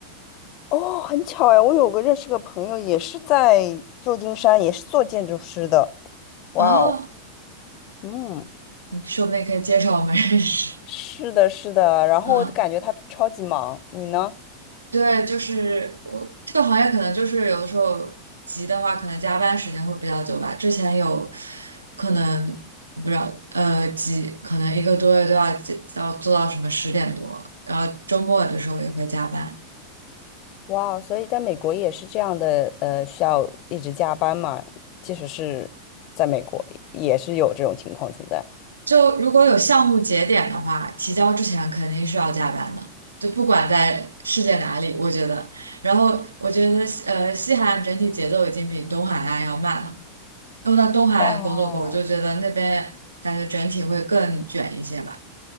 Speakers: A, on the left (about 40°); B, on the right (about 75°).
A: 哦，很巧呀，我有个认识个朋友，也是在旧金山，也是做建筑师的。哇哦，
B: 哦，
A: 嗯，
B: 你说不定可以介绍我们认识。
A: 是的，是的。然后我感觉他超级忙，
B: 嗯。
A: 你呢？
B: 对，就是我这个行业可能就是有的时候急的话，可能加班时间会比较久吧。之前有可能我不知道，呃，几可能一个多月都要几到做到什么十点多，然后周末的时候也会加班。
A: 哇哦，所以在美国也是这样的，呃，需要一直加班嘛，即使是在美国，也是有这种情况存在。
B: 就如果有项目节点的话，提交之前肯定是要加班的，就不管在世界哪里，我觉得。然后我觉得呃，西海岸整体节奏已经比东海岸要慢了。都在东海岸工作过，
A: 哦。
B: 我就觉得那边感觉整体会更卷一些吧。